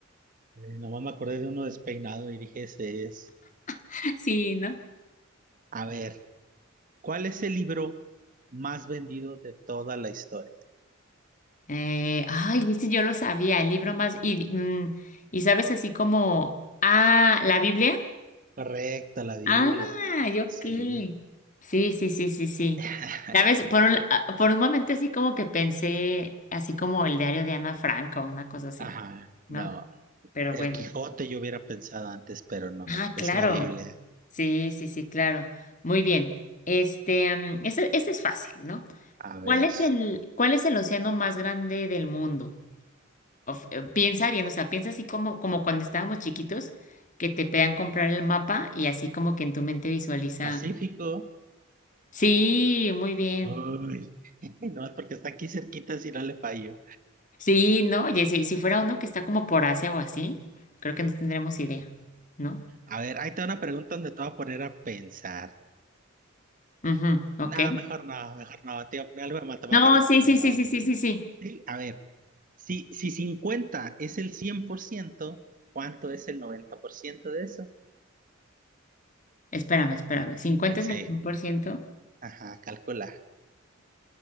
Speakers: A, on the right; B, on the left.
A: eh, nomás me acordé de uno despeinado y dije, ese es.
B: <laughs> sí, ¿no?
A: A ver. ¿Cuál es el libro más vendido de toda la historia?
B: Eh, ay, viste, yo lo sabía, el libro más... Y, mm, y sabes así como... Ah, ¿la Biblia?
A: Correcto, la Biblia.
B: Ah, yo
A: Sí.
B: qué. Sí, sí, sí, sí, sí.
A: <laughs>
B: ¿Sabes? Por un, ah, por un momento así como que pensé, así como el diario de Ana Frank o una cosa así,
A: Ajá,
B: ¿no?
A: no.
B: Pero
A: El
B: bueno.
A: Quijote yo hubiera pensado antes, pero no.
B: Ah,
A: Es
B: claro.
A: la Biblia.
B: Sí, sí, sí, claro. Muy bien. Este, mm, ese, ese es fácil, ¿no?
A: A ver.
B: ¿Cuál es el, cuál es el océano más grande del mundo? of- eh, piensa bien, o sea, piensa así como, como cuando estábamos chiquitos, que te pedan comprar el mapa y así como que en tu mente visualiza.
A: Pacífico.
B: Sí, muy bien.
A: Uy. <laughs> No, es porque está aquí cerquita si no le fallo.
B: Sí, ¿no? Y si, si fuera uno que está como por Asia o así, creo que no tendremos idea, ¿no?
A: A ver, ahí está una pregunta donde te voy a poner a pensar.
B: Ujú, ok.
A: No, mejor no, mejor no. Te iba a poner algo de matemáticas,
B: No, sí,
A: pero
B: sí,
A: no.
B: sí, sí, sí, sí, sí.
A: Sí, a ver. Si, si 50 es el 100%, ¿cuánto es el 90% de eso?
B: Espérame, espérame. cincuenta
A: Eh, Sí,
B: es el cien por ciento
A: ajá, calcula.